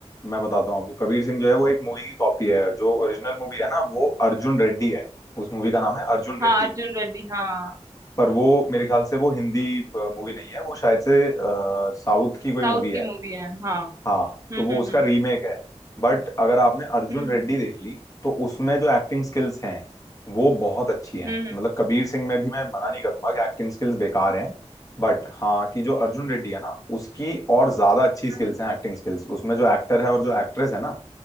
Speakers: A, on the left (about 30°); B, on the right (about 30°).
A: मैं बताता हूँ आपको कबीर सिंह जो है वो एक मूवी की कॉपी है जो ओरिजिनल मूवी है ना वो अर्जुन रेड्डी है उस मूवी का नाम है अर्जुन
B: हाँ
A: रेड्डी
B: अर्जुन रेड्डी हाँ
A: पर वो मेरे ख्याल से वो हिंदी मूवी नहीं है वो शायद से साउथ की कोई
B: साउथ
A: मूवी है
B: की मूवी है हाँ
A: हाँ
B: हम्म
A: तो वो
B: हम्म
A: उसका रीमेक है बट अगर आपने अर्जुन
B: हम्म
A: रेड्डी
B: हम्म
A: देख ली तो उसमें जो एक्टिंग स्किल्स हैं वो बहुत अच्छी हैं
B: हम्म हम्म हम्म हम्म
A: मतलब कबीर सिंह में भी मैं मना नहीं करूंगा कि एक्टिंग स्किल्स बेकार हैं बट हाँ कि जो अर्जुन रेड्डी है ना उसकी और ज्यादा अच्छी स्किल्स
B: हम्म
A: हैं एक्टिंग स्किल्स उसमें जो एक्टर है और जो एक्ट्रेस है ना